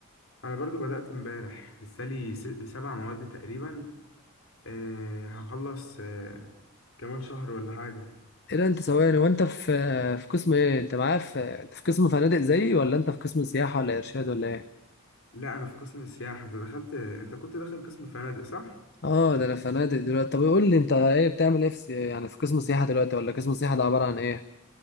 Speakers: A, on the left; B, on the left.
A: انا برضو بدات امبارح لسه لي س- سبع مواد تقريبا أه هخلص أه كمان شهر ولا حاجه
B: ايه ده انت ثواني وانت في في قسم ايه؟ انت معايا في انت في قسم فنادق زيي ولا انت في قسم سياحة ولا ارشاد ولا ايه؟
A: لا انا في قسم السياحه انت دخلت انت كنت داخل قسم فنادق صح
B: اه ده انا فنادق دلوقتي طب قول لي انت ايه بتعمل ايه في سي- يعني في قسم السياحه دلوقتي ولا قسم السياحه ده عباره عن ايه